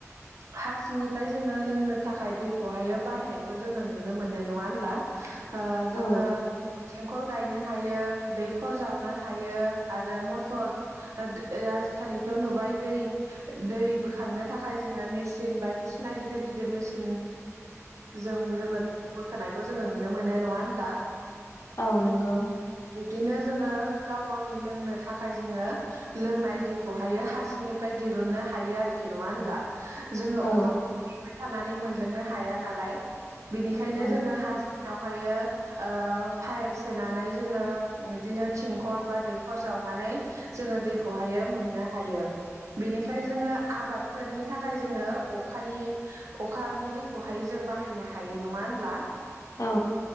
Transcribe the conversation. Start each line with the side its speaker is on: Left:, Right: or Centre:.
Right: हा सिंनिफ्राय जोङो लोंनो थाखाय दैखौहायो बाहायनायखौ जोङो नुनो मोनो नङा होनब्ला। ओ जोङो
Left: औ
Right: गेंखल गायनो हायो दैखर जावनो हायो आरो मथर आजिखालिथ नुबाय दै दै बोखांनो थाखाय जोङो मेसिन बायदिसिना गिदिर गिदिर मेसिन जों जोङो बोखोनायखौ जोङो नुनो मोनो नङा होनब्ला?
Left: औ नोंगौ।
Right: बिदिनो जोङो गाव गावनि लोंनो थाखाय जोङो लोंनाय दैखौहायो हा सिंनिफ्राय दिरुननो हायो आरोखि नङा होनब्ला जोङो
Left: औ
Right: अखाखौ <unintelligible> थानानै मोनलोंनो हाया नालाय। बेनिखायनो
Left: औ
Right: जोङो हासिंहाव हायो ओ पाइप सोनानै जोङो बिदिनो थिंखल बा दैखर जावनानै जोङो दैखौहायो मोननो हायो बेनिफ्राय फ्राय जोङो आबादफोरनि थाखाय जोङो अखानि अखानि दैखौहाय जों बाहायनो हायो नङा होनब्ला।
Left: औ